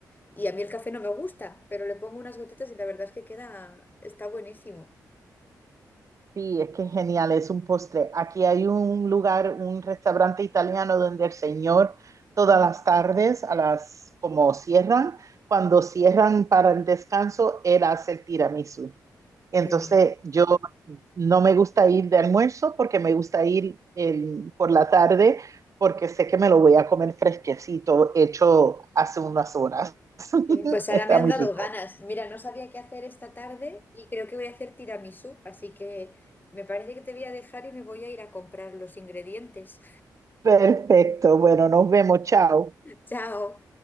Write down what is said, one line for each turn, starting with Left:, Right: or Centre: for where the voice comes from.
Left: y a mí el café no me gusta, pero le pongo unas gotitas y la verdad es que queda, está buenísimo.
Right: Sí, es que es genial, es un postre. Aquí hay un lugar, un restaurante italiano donde el señor todas las tardes, a las como cierran, cuando cierran para el descanso, él hace el tiramisú. Entonces,
Left: Qué bien.
Right: yo no me gusta ir de almuerzo porque me gusta ir el- por la tarde porque sé que me lo voy a comer fresquecito, hecho hace unas horas. <laughs>
Left: qué bien. Pues
Right: Está
Left: ahora me han
Right: muy
Left: dado
Right: rico.
Left: ganas. Mira, no sabía qué hacer esta tarde y creo que voy a hacer tiramisú, así que me parece que te voy a dejar y me voy a ir a comprar los ingredientes.
Right: Perfecto, bueno, nos vemos, chao.
Left: <laughs> Chao.